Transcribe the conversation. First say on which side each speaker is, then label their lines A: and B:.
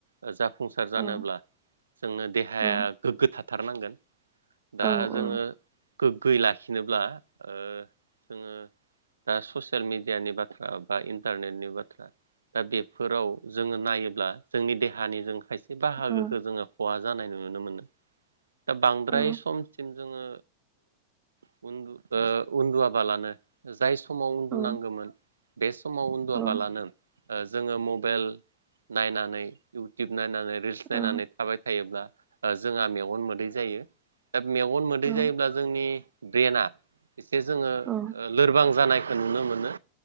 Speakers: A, on the right (about 75°); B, on the right (about 25°).
A: ओ जा फुंसार जानोब्ला
B: औ
A: जोंनो देहाया
B: औ
A: गोग्गो थाथारनांगोन दा
B: औ
A: जोङो
B: औ
A: गोग्गै लाखि खिनोब्ला ओ जोङो दा ससियेल मेडियानि बाथ्रा बा इन्टारनेटनि बाथ्रा दा बेफोराव जोङो नायोब्ला जोंनि देहानि जों खायसे बे बाहागोखो
B: औ
A: जोङो खहा जानाय नुनो मोनो दा बांद्राय
B: औ
A: समसिम जोङो ओ उन्दु ओ उन्दुवाबालानो जो जाय समाव उन्दुनांगोमोन
B: औ
A: बेस समाव उन्दुवाबालानो
B: औ
A: ओ जोङो मबाइल नायनानै इउटुब नायना नै रिल्स नायनानै
B: औ
A: थाबाय थायोब्ला ओ जोंहा मेगन मोदै जायो दा मेगन मोदै
B: औ
A: जायोब्ला जोंनि ब्रेना एसे जोङो
B: औ
A: लोरबां जानाय ओ नुनो मोनो